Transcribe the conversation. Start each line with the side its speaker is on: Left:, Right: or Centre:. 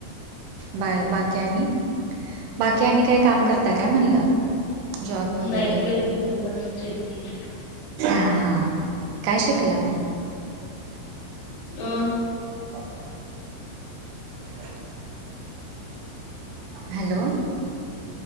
Right: बाय, बाकी आणि? बाकी आणि काही काम करताय काय म्हणलं? जॉब वगैरे
Left: नाही. काहीच नाही बस <unintelligible>
Right: हा हा. काय शिकला मग?
Left: अ.
Right: रीकाम आहे हॅलो.